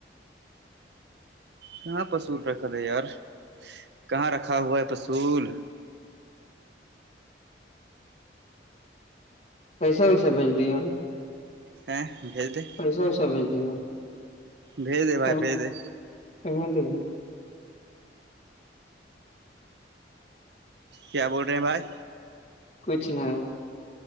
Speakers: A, on the right (about 65°); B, on the left (about 35°).
A: کہاں پشل رکھل ہے یار کہاں رکھا ہوا ہے پسل
B: کییسا ویسا بھیج دیا
A: ہاں بھیج دیں
B: پیسہ ویسا بھیج دیا
A: بھیج دے بھائی
B: کہیں
A: بھیج دے
B: <unintelligible>
A: کیا بول رہے ہیں بھائی
B: کچ نہ